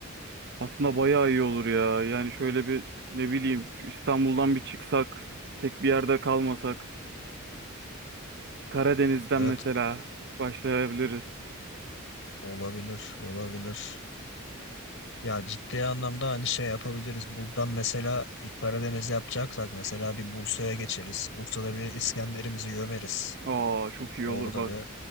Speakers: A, on the right (about 55°); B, on the left (about 65°).
A: Aslında bayağı iyi olur ya. Yani şöyle bir ne bileyim şu İstanbul'dan bir çıksak, tek bir yerde kalmasak. Karadeniz'den
B: Evet
A: mesela başlayabiliriz.
B: olabilir olabilir. Ya ciddi anlamda hani şey yapabiliriz. Buradan mesela ilk Karadeniz yapacaksak mesela bir Bursa'ya geçeriz. Bursa'da bir İskender'imizi gömeriz.
A: Aa çok iyi
B: Orada
A: olur bak.
B: bir